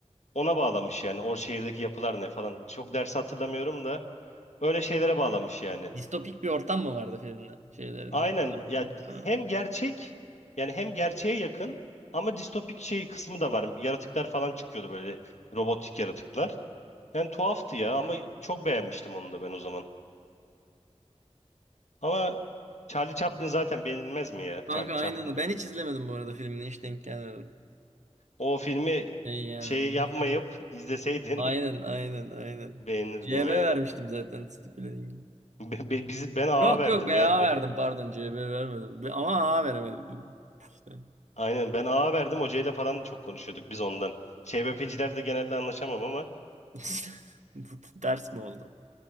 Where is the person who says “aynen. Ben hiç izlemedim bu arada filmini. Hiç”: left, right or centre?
Right